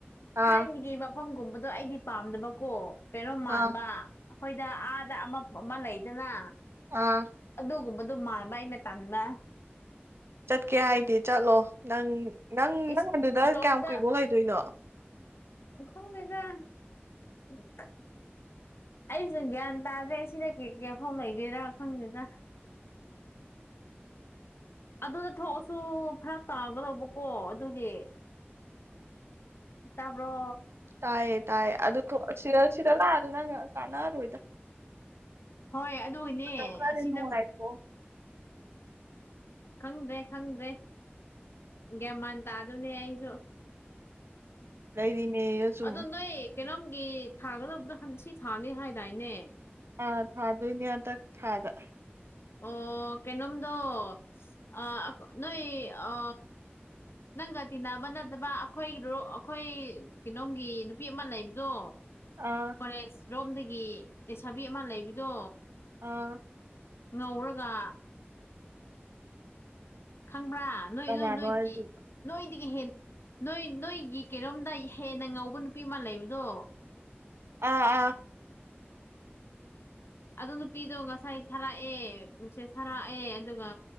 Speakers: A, on the right; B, on the left.
A: ꯑꯥ
B: ꯊꯥꯏꯅꯒꯤ ꯃꯐꯝꯒꯨꯝꯕꯗꯣ ꯑꯩꯗꯤ ꯄꯥꯝꯗꯕꯀꯣ ꯀꯩꯅꯣꯝ ꯃꯥꯟꯕ
A: ꯑꯥ
B: ꯑꯩꯈꯣꯏ ꯁꯤꯗ ꯑꯥꯗ ꯑꯃ ꯑꯃ ꯂꯩꯗꯅ
A: ꯑꯥ
B: ꯑꯗꯨꯒꯨꯝꯕꯗꯣ ꯃꯥꯟꯕ ꯑꯩꯅ ꯇꯟꯕꯥ
A: ꯆꯠꯀꯦ ꯍꯥꯏꯗꯤ ꯆꯠꯂꯣ ꯅꯪ ꯅꯪ
B: ꯏꯁ
A: ꯅꯪ ꯑꯗꯨꯗ
B: ꯏꯇꯣꯝꯇ
A: ꯀꯌꯥꯝ ꯀꯨꯏꯐꯥꯎ ꯂꯩꯗꯣꯏꯅꯣ꯫
B: ꯈꯪꯗꯦꯗ <unintelligible> ꯑꯩꯁꯨ ꯒ꯭ꯌꯥꯟ ꯇꯥꯗ꯭ꯔꯦ ꯁꯤꯗꯒꯤ ꯀꯌꯥꯐꯥꯎ ꯂꯩꯗꯣꯏꯔꯥ ꯈꯪꯗꯦꯗ꯫
A: <inaudible>
B: ꯑꯗꯨꯗ ꯊꯣꯛꯑꯁꯨ ꯐꯔꯛ ꯇꯥꯒꯗꯧꯕꯀꯣ ꯑꯗꯨꯒꯤ ꯇꯥꯕ꯭ꯔꯣ
A: ꯇꯥꯏꯌꯦ ꯇꯥꯏꯌꯦ ꯑꯗꯨ ꯊꫭꯛ ꯁꯤꯗ ꯁꯤꯗ ꯂꯥꯛꯑꯁꯨ ꯅꯪ ꯀꯥꯟꯅꯔꫭꯏꯗ
B: ꯍꯣꯏ ꯑꯗꯨꯒꯤꯅꯦ
A: ꯃꯇꯝ ꯈꯔꯗꯤ
B: ꯑꯁꯤꯗ
A: ꯅꯨꯡꯉꯥꯏ ꯊꫭꯛꯑꫭ
B: ꯈꯪꯗ꯭ꯔꯦ ꯈꯪꯗ꯭ꯔꯦ ꯒꯌ꯭ꯥꯟ ꯃꯥꯟ ꯇꯥꯗꯕꯅꯦ ꯑꯩꯁꯨ
A: ꯂꯩꯔꯤꯅꯦꯌꯣ ꯁꯨꯝ
B: ꯑꯗ ꯅꯣꯏ ꯀꯩꯅꯣꯝꯒꯤ ꯊꯥꯒꯗꯕꯗꯣ ꯍꯟ ꯁꯤ ꯊꯥꯅꯤ ꯍꯥꯏꯗꯥꯏꯅꯦ꯫
A: ꯑꯥ ꯊꯥꯗꯣꯏꯅꯦ ꯍꯟꯗꯥꯛ ꯊꯥꯗ꯫
B: ꯑꯣ ꯀꯩꯅꯣꯝꯗꯣ ꯑ ꯅꯣꯏ ꯑ ꯅꯪꯒ ꯇꯤꯟꯅꯕ ꯅꯠꯇꯕ ꯑꯩꯈꯣꯏꯒꯤ ꯔꫭ ꯑꯩꯈꯣꯏ ꯀꯩꯅꯣꯝꯒꯤ ꯅꯨꯄꯤ ꯑꯃ ꯂꯩꯕꯗꯣ꯫
A: ꯑꯥ
B: ꯀꯣꯂꯦꯖ ꯔꯣꯝꯗꯒꯤ ꯂꯩꯁꯥꯕꯤ ꯑꯃ ꯂꯩꯕꯗꯣ꯫
A: ꯑꯥ
B: ꯉꯧꯔꯒ ꯈꯪꯕ꯭ꯔꯥ ꯅꯣꯏ
A: ꯀꯅꯥꯅꯣ
B: ꯅꯣꯏ ꯅꯣꯏꯒꯤ
A: ꯍꯥꯏꯁꯤꯕꯣ
B: ꯅꯣꯏꯗꯒꯤ ꯍꯦꯟ ꯅꯣꯏ ꯅꯣꯏꯒꯤ ꯀꯩꯅꯣꯝꯗ ꯍꯦꯟꯅ ꯉꯧꯕ ꯅꯨꯄꯤ ꯑꯃ ꯂꯩꯕꯗꯣ꯫
A: ꯑꯥ ꯑꯥ
B: ꯑꯗꯨ ꯅꯨꯄꯤꯗꯣ ꯉꯁꯥꯏ ꯊꯥꯔꯛꯑꯦ ꯃꯦꯁꯦꯁ ꯊꯔꯛꯑꯦ ꯑꯗꯨꯒ